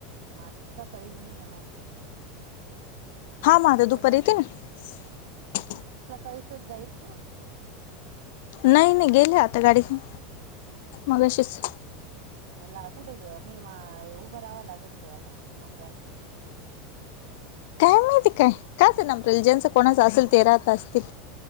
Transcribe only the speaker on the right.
मातसा कळीही नाही येणार.
का
सकाळ
काळीसच जाईल ना तो.
हम हम
मला कुठे ग म्हणजे मायबाइव उभ राहाव लागत का याला नंबराला